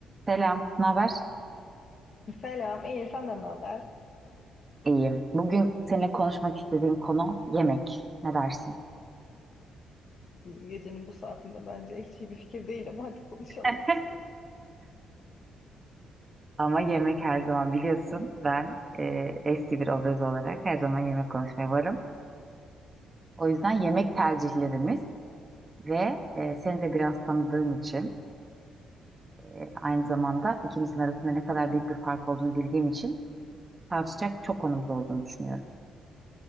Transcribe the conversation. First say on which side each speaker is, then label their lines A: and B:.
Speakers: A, on the right (about 25°); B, on the left (about 50°).
A: Selam, ne haber?
B: Selam, iyi senden ne haber?
A: İyiyim. Bugün seninle konuşmak istediğim konu yemek. Ne dersin?
B: Gecenin bu saatinde bence hiç iyi bir fikir değil ama hadi konuşalım.
A: <laughs> Ama yemek her zaman biliyorsun. Ben e, eski bir obez olarak her zaman yemek konuşmaya varım. O yüzden yemek tercihlerimiz ve e, seni de biraz tanıdığım için e, aynı zamanda ikimizin arasında ne kadar büyük bir fark olduğunu bildiğim için tartışacak çok konumuz olduğunu düşünüyorum.